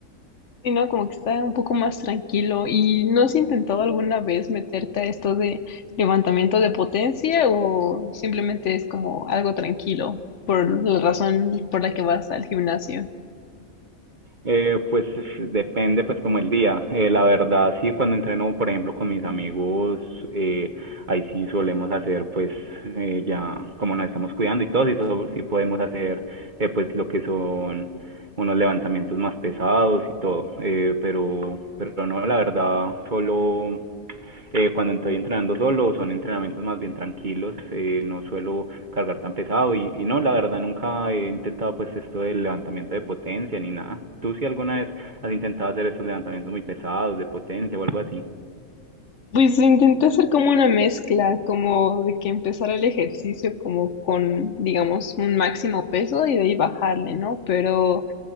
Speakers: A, on the left; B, on the right.
A: Y no, como que está un poco más tranquilo. ¿Y no has intentado alguna vez meterte a esto de levantamiento de potencia o simplemente es como algo tranquilo por la razón por la que vas al gimnasio?
B: Eh, pues depende pues como el día. Eh, la verdad sí, cuando entreno por ejemplo con mis amigos, eh, ahí sí solemos hacer pues eh, ya como nos estamos cuidando y todo, sí, so- sí podemos hacer eh, pues lo que son unos levantamientos más pesados y todo. Eh, pero pero no, la verdad solo eh, cuando estoy entrenando solo son entrenamientos más bien tranquilos, eh, no suelo cargar tan pesado y, y no, la verdad nunca he intentado pues esto del levantamiento de potencia ni nada. ¿Tú si alguna vez has intentado hacer estos levantamientos muy pesados de potencia o algo así?
A: Pues intenté hacer como una mezcla, como de que empezara el ejercicio como con, digamos, un máximo peso y de ahí bajarle, ¿no? Pero,